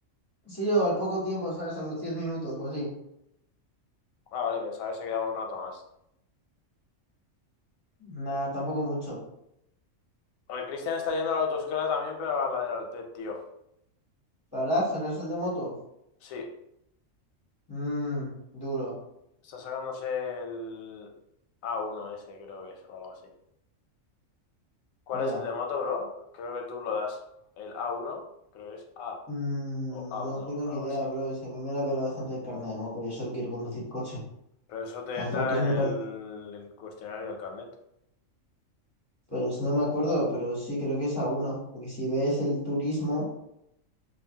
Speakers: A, on the left (about 20°); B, on the left (about 85°).
A: Sí, o al poco tiempo, ¿sabes? A los diez minutos o así.
B: Ah, vale, pensaba que se quedaba un rato más.
A: Nada, tampoco mucho.
B: El Cristian está yendo a la autoescuela también, pero a la del Altet, tío.
A: Para sacarse el de moto.
B: Sí,
A: Mmm, duro,
B: está sacándose el a uno, ese, creo que es, o algo así. ¿Cuál
A: ya.
B: es el de moto, bro? Creo que tú lo das. El a uno, creo que es A
A: Mm,
B: o a
A: no
B: uno,
A: tengo ni
B: algo
A: idea,
B: así.
A: bro. Es que a mí me la pela bastante el carnet de moto. Yo solo quiero conducir coche.
B: Pero eso te
A: Las
B: entra
A: motos
B: en
A: me
B: el,
A: parecen.
B: el cuestionario del carnet.
A: Pues no me acuerdo, pero sí, creo que es A uno. Porque si B es el turismo,